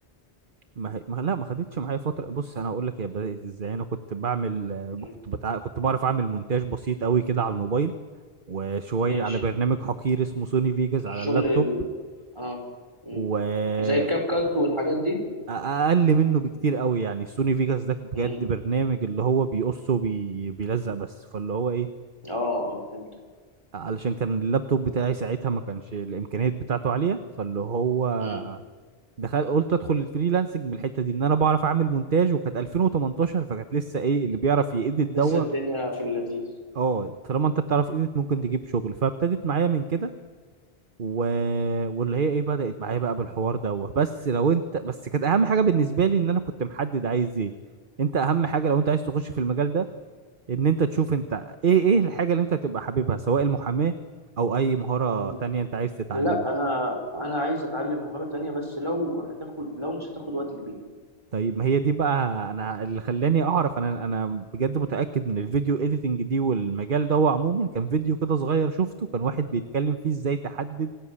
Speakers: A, on the right (about 55°); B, on the right (about 25°).
A: ما هي... ما لا ما خدتش معايا فتره بص انا هقول لك هي بدات ازاي انا كنت بعمل آه،
B: مم.
A: كنت بتع... كنت بعرف اعمل مونتاج بسيط قوي كده على الموبايل وشويه
B: ماشي
A: على برنامج حقير اسمه سوني فيجاس على
B: شغل
A: اللابتوب
B: ال... اه مم.
A: و
B: زي الكاب كات والحاجات دي
A: اقل منه بكتير قوي يعني سوني فيجاس ده بجد
B: مم.
A: برنامج اللي هو بيقص وبيلزق بس فاللي هو ايه
B: اه اه فهمت
A: علشان كان اللابتوب بتاعي ساعتها ما كانش الامكانيات بتاعته عاليه فاللي هو
B: مم.
A: دخل قلت ادخل الفريلانسنج من الحته دي ان انا بعرف اعمل مونتاج وكانت 2018 فكانت لسه ايه اللي بيعرف يأديت دوا
B: لسه الدنيا في اللذيذ
A: اه طالما انت بتعرف إيديت ممكن تجيب شغل فابتدت معايا من كده و... واللي هي ايه بدأت معايا بقى بالحوار دوا بس لو انت بس كانت اهم حاجه بالنسبه لي ان انا كنت محدد عايز ايه انت اهم حاجه لو انت عايز تخش في المجال ده ان انت تشوف انت ايه ايه الحاجه اللي انت هتبقى حاببها سواء المحاماه او اي مهاره
B: مم.
A: تانية انت عايز تتعلمها
B: لا انا انا عايز اتعلم مهارة تانية بس لو هتاخد لو مش هتاخد وقت كبير
A: طيب ما هي دي بقى انا اللي خلاني اعرف انا انا بجد متاكد من الفيديو اديتنج دي والمجال ده هو عموما كان فيديو كده صغير شفته كان واحد بيتكلم فيه ازاي تحدد